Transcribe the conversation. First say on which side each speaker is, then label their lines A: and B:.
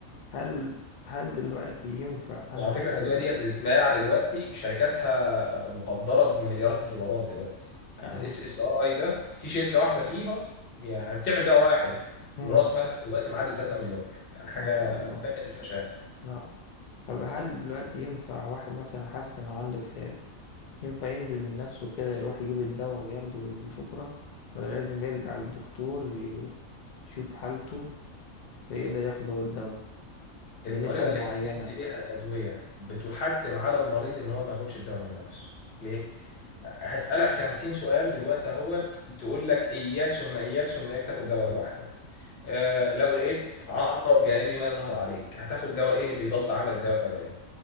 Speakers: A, on the left; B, on the left.
A: هل هل دلوقتي ينفع انا
B: وعلى
A: مثلا
B: فكرة الأدوية
A: دل...
B: ديت بتتباع دلوقتي شركاتها مقدرة بمليارات الدولارات دلوقتي يعني
A: اه
B: الاس
A: آه.
B: اس ار اي ده في شركة واحدة فيهم يعني بتعمل دواء واحد
A: مم.
B: ورأس مالها دلوقتي معدي 3 مليار يعني حاجة
A: ما شاء الله
B: قمة الفشاخ
A: نعم طب هل دلوقتي ينفع واحد مثلا حاسس انه عنده اكتئاب ينفع ينزل من نفسه كده يروح يجيب الدواء وياخده وشكرا ولا لازم يرجع للدكتور ي- يشوف حالته فيقدر ياخد هو الدواء بنسب
B: الطريقة اللي
A: معينة
B: احنا بندي بيها الأدوية بتحتم على المريض إن هو ما ياخدش الدواء من نفسه ليه؟ هسألك خمسين سؤال دلوقتي اهوت تقول لك إياك ثم إياك ثم إياك تاخد دواء لوحدك آه لو لقيت عرض جانبي ما ظهر عليك هتاخد دواء إيه اللي يضاد عمل الدواء الأولاني